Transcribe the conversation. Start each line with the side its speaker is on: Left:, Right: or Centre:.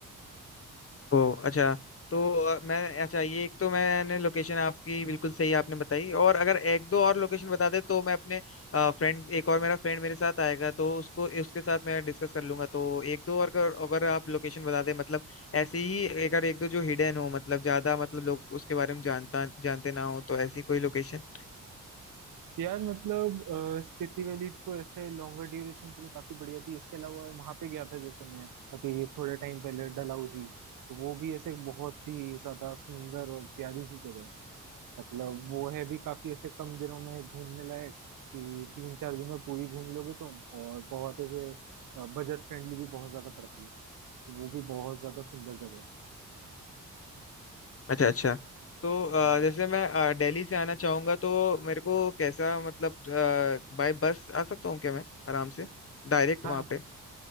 Left: ओ अच्छा तो अ, मैं अच्छा ये एक तो मैंने लोकेशन आपकी बिल्कुल सही आपने बताई और अगर एक दो और लोकेशन बता दे तो मैं अपने फ्रेंड एक और मेरा फ्रेंड मेरे साथ आएगा तो उसको उसके साथ मैं डिस्कस कर लूंगा तो एक दो और अगर, अगर आप लोकेशन बता दे मतलब ऐसी ही अगर एक दो जो हिडन हो मतलब ज्यादा मतलब लोग उसके बारे में जानता जानते ना हो तो ऐसी कोई लोकेशन
Right: यार मतलब अ, स्पीति वैली तो ऐसे लॉन्गर ड्यूरेशन के लिए काफी बढ़िया थी इसके अलावा वहां पे गया था जैसे मैं अभी थोड़े टाइम पहले डलहौजी तो वो भी ऐसे बहुत ही ज्यादा सुंदर और प्यारी सी जगह है मतलब वो है भी काफी ऐसे कम दिनों में घूमने लायक कि तीन चार दिन में पूरी घूम लोगे तुम और बहुत ऐसे बजट फ्रेंडली भी बहुत ज्यादा पड़ती है तो वो भी बहुत ज्यादा सुंदर जगह है
Left: अच्छा अच्छा तो अ,
Right: हम्म।
Left: जैसे मैं अ, दिल्ली से आना चाहूंगा तो मेरे को कैसा मतलब बाय बस आ सकता हूँ क्या मैं आराम से डायरेक्ट
Right: हाँ
Left: वहां पे